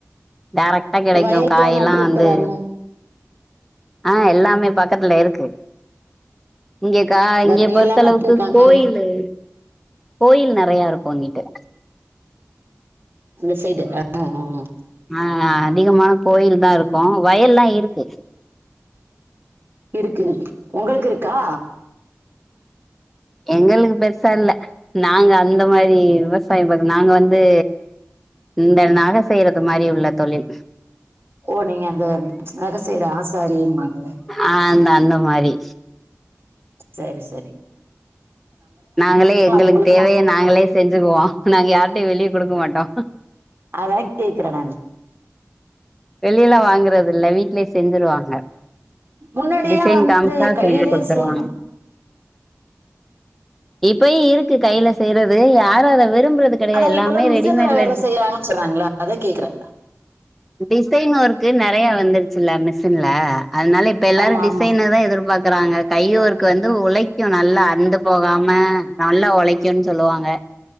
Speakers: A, in the centre; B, on the right (about 45°).
A: டேரக்டா கிடைக்கும்
B: வயல்லாம்
A: காயி
B: நட்டுருக்குறாங்க
A: எல்லாம் வந்து ஆஹ் எல்லாமே பக்கத்துல இருக்கு இங்க காய்
B: வயல்லாம்
A: இங்க பொறுத்தளவுக்கு
B: நட்டுருக்காங்க
A: கோயிலு கோயில் நிறைய இருக்கும் இங்கிட்டு
B: இந்த சைடு ஆ.
A: ஆஹ் அதிகமான கோயில் தா இருக்கும் வயல்லா இருக்கு
B: இருக்கு உங்களுக்கு இருக்கா
A: எங்களுக்கு பெருசா இல்ல நாங்க அந்த மாரி விவசாயம் நாங்க வந்து இந்த நக செய்யறது மாதிரி உள்ள தொழில்
B: ஓ நீங்க அந்த நக செய்யுற ஆசாரின்வாங்களே
A: ஆஹ் அந்த அந்த மாரி
B: சேரி சேரி
A: நாங்களே எங்களுக்கு
B: உங்களுக்கெல்லாம்
A: தேவய நாங்களே செஞ்சுக்குவோ நாங்க யார்ட்டையும் வெளிய கொடுக்க மாட்டோ
B: அதான் கேக்குறே நானு
A: வெளியில வாங்குறது இல்ல வீட்லயே செஞ்சுருவாங்க
B: முன்னாடியெல்லா
A: டிசைன்
B: வந்து
A: காமிச்சா
B: கையிலே
A: செஞ்சு குடுத்துருவாங்க
B: செய்யலாம்
A: இப்பேயு இருக்கு கையில செய்றது யாரும் அத விரும்புறது கெடையாது
B: ஆனா
A: எல்லாமே
B: இப்ப எல்லாம் மிஷின்ல
A: ரெடிமேட்ல
B: வேற செய்றாங்க சொல்றாங்களா அதான் கேக்குறே
A: டிசைன் ஒர்க்கு நிறைய வந்துருச்சுல்ல மிஷின்ல அதனால இப்ப எல்லாரும்
B: ஆமா
A: டிசைனதா
B: ஆமா
A: எதிர்பாக்கு றாங்க கை ஒர்க் வந்து உழைக்கும் நல்லா அந்து போகாம நல்லா உழைக்கும்னு சொல்லுவாங்க